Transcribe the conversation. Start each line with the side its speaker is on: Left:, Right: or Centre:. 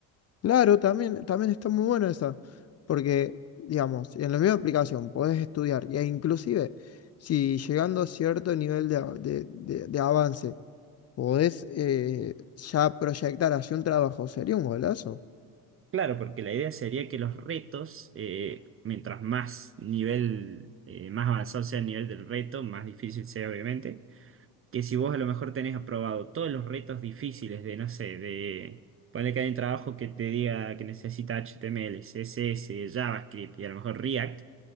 Left: Claro, también, también está muy bueno esa, porque, digamos, en la misma aplicación podés estudiar e inclusive si llegando a cierto nivel de, a- de de- de avance, podés eh, ya proyectar hacia un trabajo, sería un golazo.
Right: Claro, porque la idea sería que los retos, eh, mientras más nivel, eh, más avanzado sea el nivel del reto, más difícil sea obviamente, que si vos a lo mejor tenés aprobado todos los retos difíciles de, no sé, de poner que hay un trabajo que te diga que necesita HTML, CSS, JavaScript y a lo mejor React,